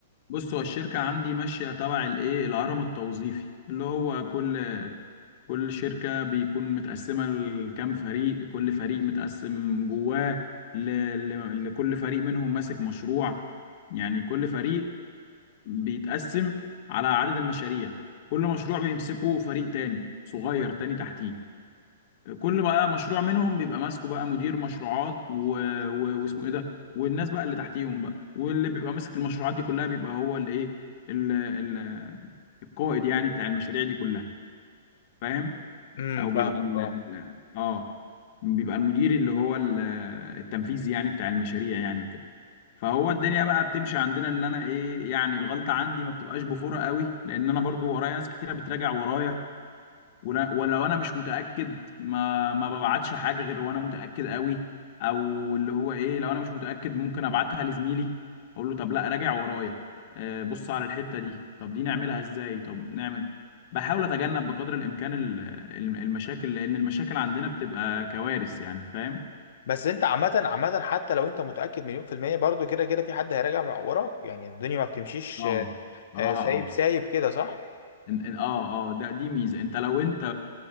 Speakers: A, on the left; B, on the left.
A: بص هو الشركه عندي ماشيه تبع الايه الهرم التوظيفي اللي هو كل كل شركه بيكون متقسمه لكام فريق كل فريق متقسم جواه ل... ل... لكل فريق منهم ماسك مشروع يعني كل فريق بيتقسم على عدد المشاريع كل مشروع بيمسكه فريق تاني صغير تاني تحتيه كل بقى مشروع منهم بيبقى ماسكه بقى مدير مشروعات و... و... واسمه ايه ده والناس بقى اللي تحتيهم بقى واللي بيبقى ماسك المشروعات دي كلها بيبقى هو الايه ال... ال... القائد يعني بتاع المشاريع دي كلها فاهم
B: امم
A: او
B: فاهمك
A: بيبقى ال...
B: اه
A: ال- اه بيبقى المدير اللي هو ال- التنفيذي يعني بتاع المشاريع يعني وكده فهو الدنيا بقى بتمشي عندنا ان انا ايه يعني الغلطه عندي ما بتبقاش بفورة قوي لان انا برضو ورايا ناس كتيره بتراجع ورايا ولا- ولو انا مش متاكد ما ما ببعتش حاجه غير وانا متاكد قوي او اللي هو ايه لو انا مش متاكد ممكن ابعتها لزميلي اقول له طب لا راجع ورايا آه، بص على الحته دي طب دي نعملها ازاي طب نعمل بحاول اتجنب بقدر الامكان ال- ال- المشاكل لان المشاكل عندنا بتبقى كوارث يعني فاهم
B: بس انت عامة عامة حتى لو انت متأكد مليون في المية برضو كده كده في حد هيراجع مع- وراك يعني الدنيا ما بتمشيش
A: اه
B: آه،
A: صراحه
B: آه، سايب
A: اه
B: سايب كده صح؟
A: إن- إن- اه اه ده دي ميزه انت لو انت